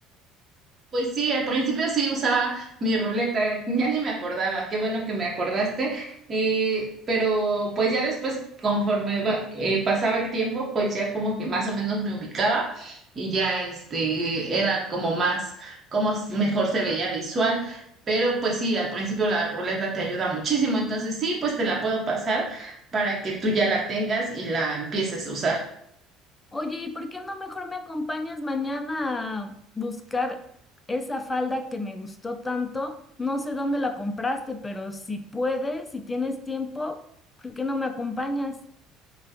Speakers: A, on the right; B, on the left.
A: Pues sí, al principio sí usaba mi ruleta, <laughs> ya ni me acordaba, qué bueno que me acordaste, eh, pero pues ya después, conforme va- eh, pasaba el tiempo, pues ya como que más o menos me ubicaba y ya este era como más, como s- mejor se veía visual, pero pues sí, al principio la ruleta te ayuda muchísimo, entonces sí, pues te la puedo pasar para que tú ya la tengas y la empieces a usar.
B: Oye, ¿y por qué no mejor me acompañas mañana a buscar esa falda que me gustó tanto? No sé dónde la compraste, pero si puedes, si tienes tiempo, ¿por qué no me acompañas?